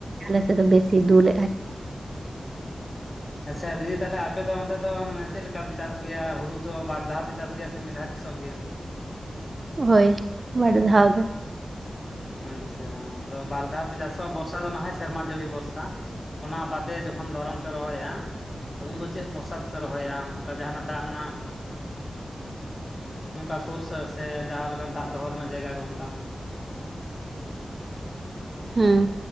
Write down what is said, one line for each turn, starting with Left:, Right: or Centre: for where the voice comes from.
Right: <unintelligible> ᱥᱮᱫ ᱵᱮᱥᱤ ᱫᱩᱞᱼᱼ
Left: ᱦᱚᱢ ᱟᱪᱪᱷᱟ ᱫᱤᱫᱤ ᱛᱟᱦᱚᱞᱮ ᱟᱯᱮ ᱫᱚ ᱚᱱᱛᱮ ᱫᱚ ᱢᱟᱱᱮ ᱪᱮᱫ ᱞᱮᱠᱟ ᱯᱮ ᱪᱟᱥ ᱜᱮᱭᱟ ᱦᱩᱲᱩ ᱫᱚ ᱵᱟᱨ ᱫᱷᱟᱣ ᱯᱮ ᱪᱟᱥ ᱜᱮᱭᱟ ᱥᱮ ᱢᱤᱫ ᱫᱷᱟᱣ ᱪᱟᱥᱚᱜ ᱜᱮᱭᱟ?
Right: ᱦᱳᱭ ᱵᱟᱨ ᱫᱷᱟᱣ ᱜᱮ᱾
Left: ᱟᱪᱪᱷᱟ ᱛᱚ ᱵᱟᱨ ᱫᱷᱟᱣ ᱯᱮ ᱪᱟᱥᱚᱜᱼᱟ ᱵᱚᱨᱥᱟ ᱫᱚ ᱱᱟᱦᱚᱭ ᱥᱮᱨᱢᱟ ᱡᱟᱹᱲᱤ ᱵᱚᱨᱥᱟ᱾ ᱚᱱᱟ ᱵᱟᱫᱮ ᱡᱚᱠᱷᱚᱱ ᱫᱷᱚᱨᱚᱢ ᱯᱮ ᱨᱚᱦᱚᱭᱟ᱾ ᱩᱱᱫᱚ ᱪᱮᱫ ᱵᱚᱨᱚᱥᱟ ᱛᱮᱯᱮ ᱨᱚᱦᱚᱭᱟ ᱚᱱᱠᱟ ᱡᱟᱦᱟᱱᱟᱜ ᱫᱟᱜ ᱨᱮᱱᱟᱜ᱾ ᱚᱱᱠᱟ ᱥᱩᱨ ᱥᱮ ᱡᱟᱦᱟᱸ ᱞᱮᱠᱟᱱ ᱫᱟᱜ ᱫᱚᱦᱚ ᱨᱮᱱᱟᱜ ᱡᱟᱭᱜᱟ ᱠᱚ ᱚᱱᱠᱟ᱾
Right: ᱦᱮᱸ